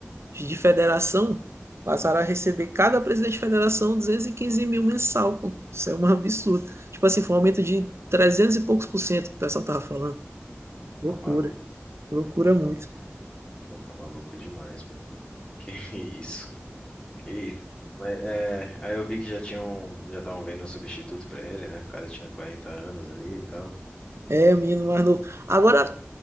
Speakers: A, on the right; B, on the left.
A: de federação passaram a receber cada presidente de federação duzentos e quinze mil mensal, pô. Isso é um absurdo. Tipo assim, foi um aumento de 300 e poucos por cento que o pessoal tava falando. Loucura,
B: Tá maluco.
A: loucura muito.
B: Pô, pô, tá maluco demais, pô. <laughs> Que isso? Isso. Mas é, aí eu vi que já tinham, já estavam vendo um substituto pra ele, né? O cara tinha 40 anos ali e tal.
A: É, o menino mais novo. Agora,